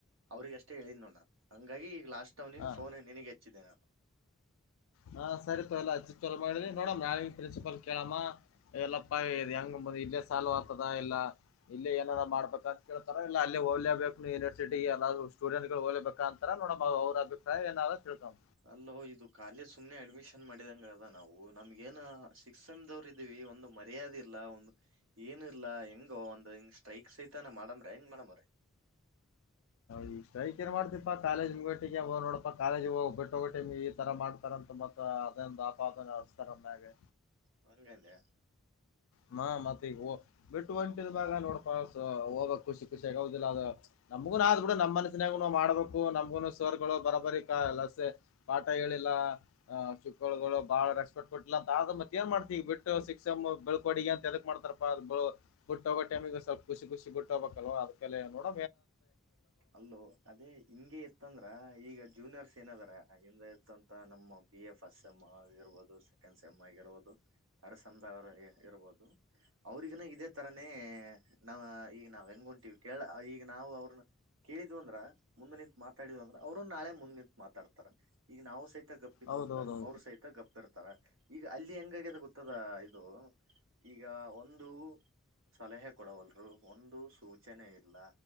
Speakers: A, on the right; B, on the left.
A: ಅವ್ರಗ ಅಷ್ಟೇ ಹೇಳಿದ್ನಲ್ಲ ಹಂಗಾಗಿ ಈ ಲಾಸ್ಟ್ ತಿಂಗಳಿ
B: ಹಾ
A: ಫೋನ್ ನಿನಗೆ ಹೆಚ್ಚಿದ್ದೆ ನಾನು
B: ಹಾ ಸರಿ ಪ ಎಲ್ಲಿ ಹಚ್ಚಿತೆರಿ ಮಾಡಿವಿ ನೋಡಮ ನಾ ಪ್ರಿನ್ಸಿಪಾಲ್ ಕೇಳಮ್ಮ ಎಲ್ಲಪ್ಪ ಹೆಂಗ ಇಲ್ಲೇ ಸಾಲವ ಆಗ್ತದ ಇಲ್ಲ ಇಲ್ಲೇ ಏನಾದ ಮಾಡ್ಬೇಕ ಅಂತ ಕೇಳ್ತಾರ ಇಲ್ಲ ಅಲ್ಲೇ ಹೋಗ್ಲೇಬೇಕು ಯೂನಿವರ್ಸಿಟಿ ಎಲ್ಲಾದ್ರು ಸ್ಟೂಡೆಂಟ್ ಗಳು ಹೋಗ್ಬೇಕ ಅಂತಾರ ನೋಡ ಅವ್ರ ಅಭಿಪ್ರಾಯ ಏನಾದ ತಿಳ್ಕಮ್ಮ
A: ಅಲ್ಲೋ ಇದು ಕಾಲೇಜ್ ಸುಮ್ನೆ ಅಡ್ಮಿಶನ್ ಮಾಡಿದಂಗ ಅದ ನಾವು ನಮ್ಗ ಏನ ಸಿಕ್ಸ್ ಸೆಮ್ಡ್ ಇದೀವಿ ಒಂದು ಮರ್ಯಾದೆ ಇಲ್ಲಾ ಒಂದು ಏನ ಇಲ್ಲಾ ಹೆಂಗೋ ಒಂದ್ ಹಿಂಗ್ ಸ್ಟ್ರೈಕ್ ಸಹಿತನ ಮಾಡಮ್ರ ಹೆಂಗ್ ಮಾಡಮ್ರ
B: ಈ ಸ್ಟ್ರೈಕ್ ಏನ್ ಮಾಡ್ತಿಪಾ ಕಾಲೇಜ್ ಮುಗಟ್ಟಿಗೆ ನೋಡಪಾ ಕಾಲೇಜ್ ಹೋಗ್ ಬಿಟ್ಟೋಗಟ ಈ ತರ ಮಾಡ್ತಾರಂತ ಮತ್ತ ಅದೊಂದು ಆಪಾದ ಹಚ್ತರಾಮ್ಯಾಲೆ
A: ಹೋಗು ಅಂದ
B: ಹ್ಮ ಮತ್ತ ಈಗ ಬಿಟ್ಟು ಹೊಂಟಿದವಾಗ ನೋಡ್ಕ ಹೋಗ್ಬೇಕು ಶಿಕುಸೆಗುದಿಲ್ಲ ಅದು ನಮ್ಗುನು ಆದ್ ಬಿಡ ನಮ್ ಮನ್ಸಿನಾಗು ಮಾಡ್ಬೇಕು ನಮ್ಗುನು ಸರ್ ರ್ಗಳು ಬರೋಬರಿ ಲಸೆ ಪಾಠ ಹೇಳಿಲ್ಲ ಅ ಚಿಕ್ಕಳ್ಗಳು ಬಾಳ ರೆಸ್ಪೆಕ್ಟ್ ಕೊಟ್ಟಿಲ್ಲ ಅಂತ ಆದ ಮತ್ತ ಏನ್ ಮಾಡ್ತಿ ಈಗ ಬಿಟ್ಟು ಹೋಸಿ ಬಿಳಳ್ಕೋಡಿಗೆ ಅಂತ ಎದಕ್ ಮಾಡ್ತಾರಪ್ಪ ಅ ಬಿಟ್ಟೋಗೋ ಟೈಮಿಗೆ ಸ್ವಲ್ಪಖುಷಿ ಖುಷಿುಟ್ಟೋಗಬೇಕಲ್ವ ಅದಕ್ಕೆ ನೋಡ
A: ಅಲ್ಲೂ ಅದೇ ಹಿಂಗೆ ಇತ್ತಂದ್ರ ಈಗ ಜೂನಿಯರ್ಸ್ ಏನದಾರ ಹಿಂದೆ ಇತಂತ ನಮ್ಮ ಬಿ ಎ ಫಸ್ಟ್ ಸೆಮ್ ಆಗಿರ್ಬೋದು ಸೆಕೆಂಡ್ ಸೆಮ್ ಆಗಿರ್ಬೋದು ಥರ್ಡ್ ಸೆಮ್ ದವ್ರ ಇರ್ಬೋದು ಅವ್ರಿಗನ ಇದೇ ತರಾನೇ ನಾವ್ ಈಗ ನಾವ್ ಹೆಂಗ ಹೊಂತೀವಿ ಕೇಳ ಈಗ ನಾವು ಅವ್ರನ್ನ ಕೇಳಿದ್ ಅಂದ್ರ ಮುಂದ್ ನಿಂತ್ ಮಾತಾಡಿದ್ ಅಂದ್ರೆ ಅವರು ನಾಳೆ ಮುಂದ್ ನಿಂತ್ ಮಾತಾಡ್ತಾರೆ ಈಗ ನಾವು ಸಹಿತ ಗಪ್ಪಿದು
B: ಹೌದೌದೌದು
A: ಅಂದ್ರ ಅವ್ರರು ಸಹಿತ ಗಪ್ ಇರ್ತಾರೆ ಈಗ ಅಲ್ಲಿ ಹೆಂಗಿದೆ ಗೊತ್ತದ ಇದು ಈಗ ಒಂದು ಸಲಹೆ ಕೊಡವಲ್ರು ಒಂದು ಸೂಚನೆ ಇಲ್ಲ